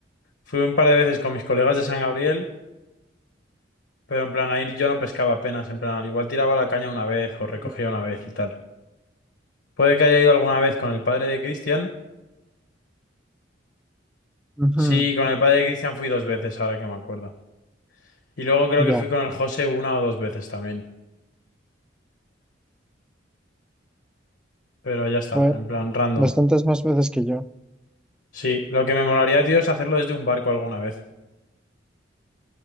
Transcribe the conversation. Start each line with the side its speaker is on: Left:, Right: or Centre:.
Left: fui un par de veces con mis colegas de San Gabriel, pero en plan ahí yo no pescaba apenas, en plan al igual tiraba la caña una vez o recogía
Centre: Ya.
Left: una vez y tal. Puede que haya ido alguna vez con el padre de Cristian.
Centre: Ujú,
Left: Sí, con el padre de Cristian fui dos veces, ahora que me acuerdo. Y luego creo
Centre: Ya,
Left: que fui con el José una o dos veces también. Pero ya está,
Centre: joder.
Left: en plan random.
Centre: Bastantes más veces que yo.
Left: Sí, lo que me molaría, tío, es hacerlo desde un barco alguna vez.